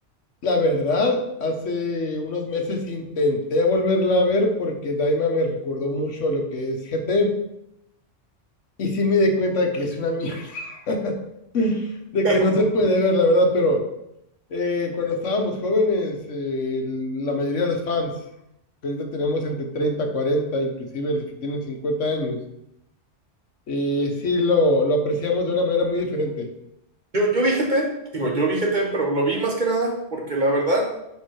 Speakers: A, on the left; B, on the right.
A: La verdad, hace unos meses intenté volverla a ver porque Daima me recordó mucho a lo que es GT y sí me di cuenta de que es una mierda, <laughs> de
B: <laughs>
A: que no se puede ver, la verdad, pero Eh, cuando estábamos jóvenes, eh, la mayoría de los fans, que ahorita tenemos entre 30, 40, inclusive los que tienen 50 años, eh, sí lo, lo apreciamos de una manera muy diferente.
B: Yo, yo vi GT, digo, yo vi GT, pero lo vi más que nada porque la verdad